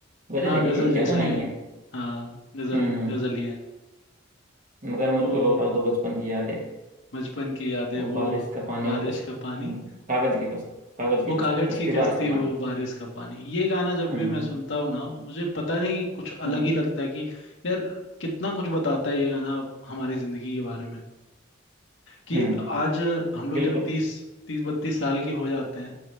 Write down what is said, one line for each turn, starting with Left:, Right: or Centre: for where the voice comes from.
Right: गजल
Left: हाँ
Right: है क्या
Left: गजल
Right: ये
Left: जैसा
Right: या गाना
Left: ही
Right: ही
Left: है
Right: है
Left: हाँ गजल
Right: हम्म
Left: गजल ही है
Right: मगर मुझको
Left: वो
Right: लौटा दो बचपन की यादें
Left: बचपन की यादें
Right: वो
Left: वो
Right: बारिश का पानी
Left: बारिश
Right: वो कस
Left: का पानी
Right: हम्म कागज के पस कागज के
Left: वो कागज
Right: पस कश्ती
Left: की कश्ती
Right: बारिश का पानी
Left: वो बारिश का पानी ये गाना जब
Right: हम्म
Left: भी मैं
Right: हम्म
Left: सुनता हूँ ना मुझे पता नहीं कुछ
Right: हम्म
Left: अलग ही लगता है कि यार कितना कुछ बताता है ये गाना हमारी जिंदगी के बारे में कि
Right: हम्म,
Left: आज हम लोग
Right: बिल्कुल
Left: जब तीस तीस बत्तीस साल के हो जाते हैं